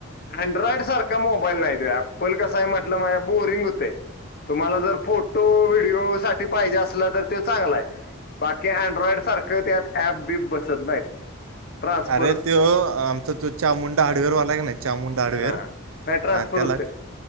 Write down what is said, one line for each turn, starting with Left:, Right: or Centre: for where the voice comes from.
Left: अँड्रॉइड सारखा मोबाईल नाही ते, ॲपल कसाय म्हटलं, मग बोरिंग होतय. तुम्हाला जर फोटो, व्हिडिओ साठी पाहिजे असला, तर तो चांगलाय. बाकी अँड्रॉइड सारखं त्यात ऍप बीप बसत नाहीत. ट्रान्सफर
Right: अरे तो आमचा तो चामुंडा हार्डवेअर वालाय का नाही? चामुंडा हार्डवेअर
Left: हा नाही ट्रान्सफर
Right: त्याला
Left: होते